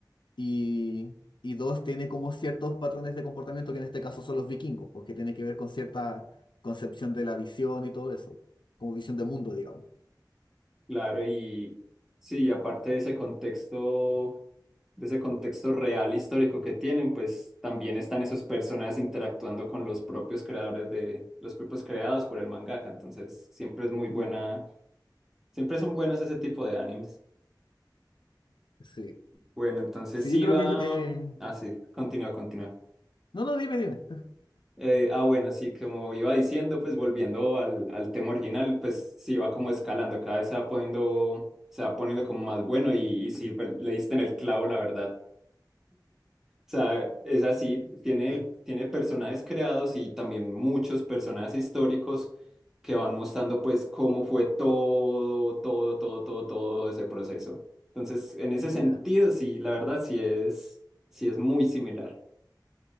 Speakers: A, on the left (about 85°); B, in the centre.
A: y, y dos, tiene como ciertos patrones de comportamiento que en este caso son los vikingos, porque tiene que ver con cierta concepción de la visión y todo eso, como visión de mundo, digamos.
B: Claro, y sí, aparte de ese contexto, de ese contexto real histórico que tienen, pues también están esos personajes interactuando con los propios creadores de, los propios creados por el mangaka. Entonces, siempre es muy buena,
A: Mm,
B: siempre son buenos ese tipo de animes.
A: Sí,
B: Bueno, entonces
A: sí,
B: sí
A: yo creo
B: va,
A: que... eh,
B: ah, sí, continúa, continúa.
A: No, no, dime, dime.
B: Eh, ah, bueno, sí, como iba diciendo, pues volviendo al, al tema original, pues sí va como escalando, cada vez se va poniendo se va poniendo como más bueno y, y sí, pues, le diste en el clavo, la verdad. sea, es así, tiene, tiene personajes creados y también muchos personajes históricos que van mostrando pues cómo fue todo, todo, todo, todo, todo ese proceso. Entonces, en ese
A: Ya,
B: sentido, sí, la verdad sí es, sí es muy similar.